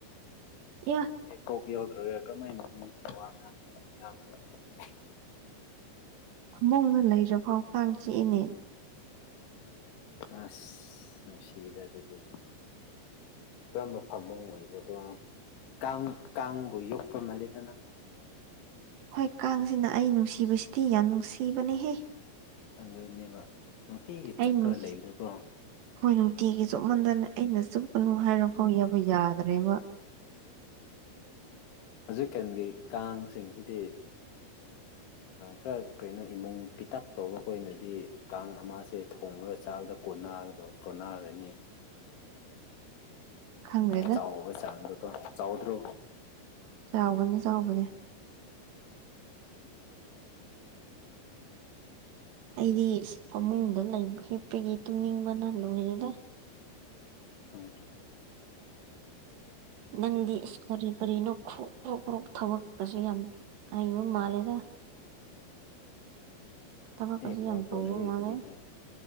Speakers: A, on the right; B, on the left.
A: ꯏꯃꯥ
B: ꯀꯣꯛ ꯌꯥꯎꯗ꯭ꯔꯒ ꯀꯃꯥꯏꯅ ꯃꯤꯁꯦ ꯋꯥ ꯉꯥꯡ ꯉꯥꯡꯕ ꯉꯝꯒꯦꯔꯥꯅꯦ
A: ꯐꯃꯨꯡꯗꯥ ꯂꯩꯔꯐꯥꯎ ꯀꯥꯡ ꯆꯤꯛꯏꯅꯦ
B: ꯑꯁ ꯅꯨꯡꯁꯤꯗ ꯑꯗꯨꯗꯤ ꯀꯔꯝꯕ ꯐꯃꯨꯡ ꯑꯣꯏꯕ꯭ꯔꯀꯣ ꯀꯥꯡ ꯀꯥꯡꯕꯨ ꯌꯣꯛꯄꯥ ꯃꯜꯂꯦꯗꯥ ꯅꯪ
A: ꯍꯣꯏ ꯀꯥꯡꯁꯤꯅ ꯑꯩ ꯅꯨꯡꯁꯤꯕꯁꯤꯗꯤ ꯌꯥꯝ ꯅꯨꯡꯁꯤꯕꯅꯦꯍꯦ
B: ꯑꯗꯨꯅꯦꯕ ꯅꯨꯡꯇꯤꯒꯤ
A: ꯑꯩ
B: ꯆꯨꯞꯄ꯭ꯔꯥ
A: ꯅꯨꯡꯁꯤ
B: ꯂꯩꯕꯗꯨꯀꯣ
A: ꯍꯣꯏ ꯅꯨꯡꯇꯤꯒꯤ ꯆꯨꯞꯃꯟꯗꯅ ꯑꯩꯅ ꯆꯨꯞꯀꯅꯨ ꯍꯥꯏꯔ ꯐꯥꯎ ꯌꯥꯕ ꯌꯥꯗ꯭ꯔꯦꯕ
B: ꯍꯧꯖꯤꯛꯀꯥꯟꯒꯤ ꯀꯥꯡꯁꯤꯡꯁꯤꯗꯤ ꯈꯔ ꯀꯩꯅꯣ ꯏꯃꯨꯡ ꯄꯤꯇꯥꯛ ꯇꯧꯕ ꯈꯣꯏꯅꯗꯤ ꯀꯥꯡ ꯑꯃꯁꯦ ꯊꯣꯡꯔꯥꯒ ꯆꯥꯕꯗ ꯀꯣꯟꯅꯥꯒꯗꯝ ꯀꯣꯟꯅꯔꯅꯤ
A: ꯈꯪꯗ꯭ꯔꯦꯗ
B: ꯆꯥꯎꯕ ꯆꯥꯡꯗꯣ ꯀꯣ ꯆꯥꯎꯗ꯭ꯔꯣ
A: ꯆꯥꯎꯕꯅꯦ ꯆꯥꯎꯕꯅꯦ ꯑꯩꯗꯤ ꯐꯃꯨꯡꯗ ꯂꯩ ꯍꯤꯞꯄꯒꯤ ꯇꯨꯡꯅꯤꯡꯕꯅ ꯂꯣꯏꯔꯦꯗ
B: ꯎꯝ
A: ꯅꯪꯗꯤ ꯀꯔꯤ ꯀꯔꯤꯅꯣ ꯈ꯭ꯔꯣꯛ ꯀ꯭ꯔꯣꯛ ꯀ꯭ꯔꯣꯛ ꯊꯕꯛꯀꯁꯦ ꯌꯥꯝ ꯍꯩꯕ ꯃꯥꯜꯂꯦꯗ ꯊꯕꯛꯀꯁꯨ
B: ꯑꯦ ꯊꯕꯛ
A: ꯌꯥꯝ
B: ꯇꯧꯗꯦꯍꯦ
A: ꯇꯧꯕ ꯃꯥꯜꯂꯦ
B: ꯀ꯭ꯔꯤꯔꯍꯦ